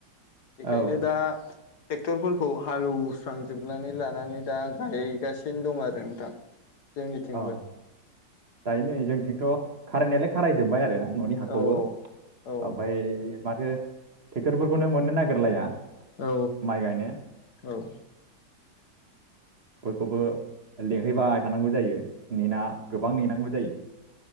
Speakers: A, on the left; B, on the right.
A: बेखायनो
B: औ
A: दा ट्रेक्टरफोरखौ हालौवस्रांजोबनानै लानानै दा गायगासिनो दं आरो नोंथां। बिथिंबो
B: औ दायो नै जोंथिंथ' खारायनायालाय खारायजोबबाय आरो न'नि हाखौबो
A: औ औ
B: ओमफाय माथो ट्रेक्टरफोरखौनो मोननो नागिरलाया।
A: औ
B: माइ गायनो
A: औ औ
B: बयखौबो लेंहैबाय थानांगौ जायो नेना गोबां नेनांगौ जायो।